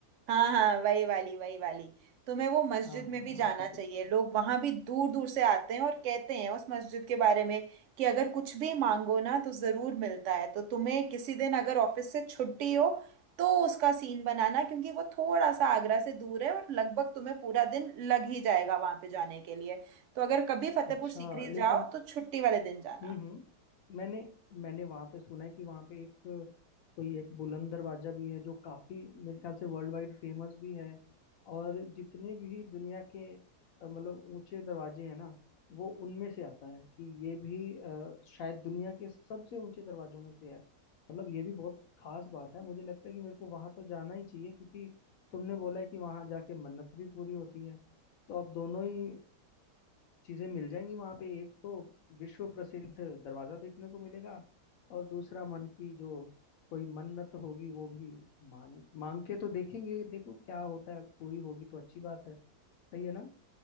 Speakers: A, on the right; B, on the left.
A: हाँ हाँ वही वाली वही वाली तुम्हें वो मस्जिद
B: हाँ हाँ
A: में भी
B: हाँ
A: जाना
B: ठीक
A: चाहिए
B: है ठीक
A: लोग वहां भी दूर दूर से आते हैं और कहते हैं उस मस्जिद के बारे में कि अगर कुछ भी मांगो ना तो जरूर मिलता है तो तुम्हें किसी दिन अगर ऑफिस से छुट्टी
B: है
A: हो तो उसका सीन बनाना क्योंकि वो थोड़ा सा आगरा से दूर है और लगभग तुम्हें पूरा दिन लग ही जाएगा वहां पे जाने के लिए तो अगर कभी फतेहपुर
B: अच्छा
A: सीकरी
B: लेकिन
A: जाओ तो छुट्टी वाले दिन जाना
B: हम्म हम्म मैंने मैंने वहां पे सुना है कि वहां पे एक कोई एक बुलंद दरवाजा भी है जो काफी मेरे ख्याल से वर्ल्ड वाइड फेमस भी है और जितने भी दुनिया के अ, मतलब ऊंचे दरवाजे हैं ना वो उनमें से आता है कि ये भी अ, शायद दुनिया के सबसे ऊंचे दरवाजों में से है मतलब ये भी बहुत खास बात है मुझे लगता है कि मेरे को वहां तो जाना ही चाहिए क्योंकि तुमने बोला है कि वहां जाके मन्नत भी पूरी होती है तो अब दोनों ही चीजें मिल जाएंगी वहां पे एक तो विश्व प्रसिद्ध दरवाजा देखने को मिलेगा और दूसरा मन की जो कोई मन्नत होगी वो भी मान मांग के तो देखेंगे देखो क्या होता है पूरी होगी तो अच्छी बात है सही है ना